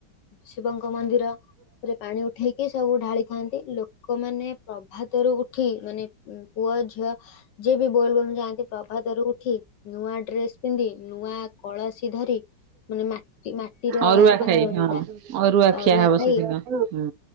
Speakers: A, on the left; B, on the right.
A: ଶିବଙ୍କ ମନ୍ଦିରରେ ପାଣି ଉ କି ସବୁ ଢାଳିଥାନ୍ତି। ଲୋକମାନେ ପ୍ରଭାତରୁ ଉ ଉଠି ମାନେ ପୁଅ ଝିଅ ଯିଏ ବି ବୋଲ ବମ୍ ଯାଆନ୍ତି, ପ୍ରଭାତରୁ ଉ ଠି ନୂଆ ଡ୍ରେସ ପିନ୍ଧି, ନୂଆ କଳସୀ ଧରି ମାନେ ମାଟି ମାଟିର
B: ଅରୁଆ
A: ପାତ୍ର
B: ଖାଇ ହଁ
A: ଯୋଉଟା,
B: ଖିଆ
A: ଅରୁଆ
B: ହବ
A: ଖାଇ
B: ସେଦିନ ହୁଁ।